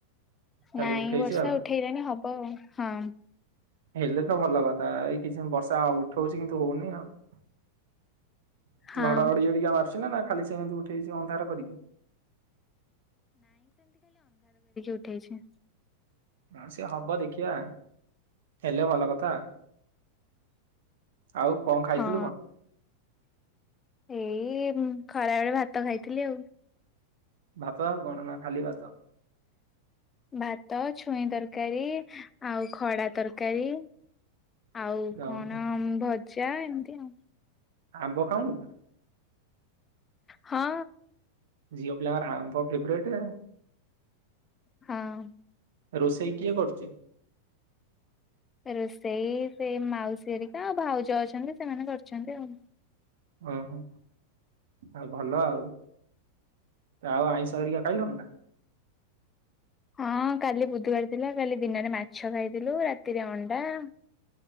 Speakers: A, on the right; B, on the left.
A: ଖାଲି
B: ନାଇଁ
A: ଉଠେଇଛି
B: ବର୍ଷା
A: ଆଉ।
B: ଉଠେଇଲାଣି ହବ ଆଉ ହଁ
A: ହେଲେ ତ ଭଲ କଥା ଏଇ କିଛି ଦ ବର୍ଷା ଉଠଉଛି କିନ୍ତୁ ହଉନି ଆଉ
B: ହଁ
A: ଘଡ ଘଡି ଯଡି କା ମ ଛି ନା ନା ଖାଲି ସେମିତି ଉଠେଇଛି ଅନ୍ଧାର କରିକି।
B: ଉଠାଇଛ।
A: ଆ ସେ ହାବ ଦେଖି ଖିଆ ହେଲେ ଭଲ କଥା ଆଉ କଣ ଖାଇଥିଲୁ
B: ହଁ
A: କଣ?
B: ଏଇ ଖରା ବେଳେ ଭାତ ତ ଖାଇଥିଲି ଆଉ।
A: ଭାତ ଆଉ କଣ ନା ଖାଲି ଭାତ।
B: ଭାତ ଛୁଇଁ ତରକାରୀ ଆଉ ଖଡା ତରକାରୀ ଆଉ
A: ଓହୋ।
B: କଣ ଭ ଯା ଏମିତି ଆଉ।
A: ଆମ୍ୱ ଖାଉନୁ ତୁ
B: ହଁ।
A: ଝିଅ ପିଲାଙ୍କର ଆମ୍ୱ ଫେବେରେଟ ଆ
B: ହଁ
A: ରୋଷେଇ କିଏ କରୁଛି?
B: ରୋଷେଇ ସେଇ ମାଉସୀରିକା ଆଉ ଭାଉଜ ଅଛନ୍ତି ସେମାନେ କରିଛନ୍ତି ଆଉ।
A: ଓହୋ ଆଉ ଭଲ ଆଉ ଆଉ ଆଇଁଷ ହରିକା ଖାଇଲୁଣି ନା।
B: ହଁ କାଲି ବୁଧବାର ଥିଲା କାଲି ଦିନରେ ମାଛ ଖାଇଥିଲୁ ରାତିରେ ଅଣ୍ଡା <inaudible>